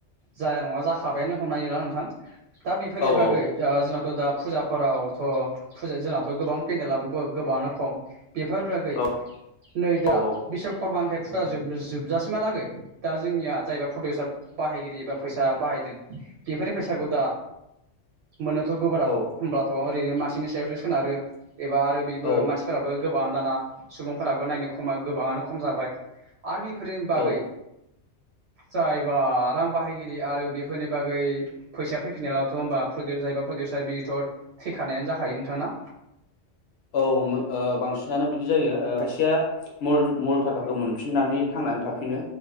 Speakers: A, on the right; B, on the left.
A: जाया नङा जाखाबायानो हमनानै ला नोंथां, दा बेफोरनि
B: औ
A: बागै
B: औ
A: ओ जोंहाथ' दा फुजाफोरावथ' फुजा जोंनाथ' गोबां पेन्देलाबो बो गोबाङानो खम बिफोरबागै
B: औ
A: नै दा
B: औ औ
A: बिसग करमानिफाय फुजा जोबनो जोब जासिमहालागै दा जोंनिया जायबा प्रडिउसार बाहायगिरि एबाब फैसा बाहायदों बेफोरनि फैसागु दा मोननोथ' गोब्राब
B: औ
A: होमब्लाथ' ओरैनो मानसिनि सायावसो सोनारो एबा आरो बेबो
B: औ
A: मानसिफोराबो गोब गोबाङानो दाना सुबुंफोराबो नायनो खमा गोबाङानो खम जाबाय आरो बे फोरनि बागै
B: औ
A: जायबा रां बाहायगिरि आरो बेफोरनि बागै फैसा फैफिनायावलाथ' होमबा फोदेर जायोबा प्रदिउसार बेथर थैखानायानो जाखायो नोंथां ना?
B: औ मो ओ बांसिनानो बिदि जायो ओ खायसेया मुर मुल थाखाखो मोनफिननानै थांनानै थाफिनो,